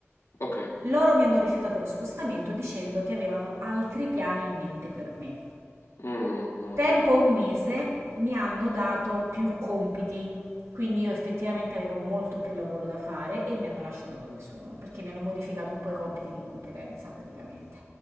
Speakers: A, on the left; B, on the right.
A: Ok,
B: Loro mi hanno rifiutato lo spostamento dicendo che avevano altri piani in mente per me.
A: Mm, mm.
B: Tempo un mese mi hanno dato più compiti, quindi io effettivamente avevo molto più lavoro da fare e mi hanno lasciato dove sono, perché mi hanno modificato un po' i compiti di competenza praticamente,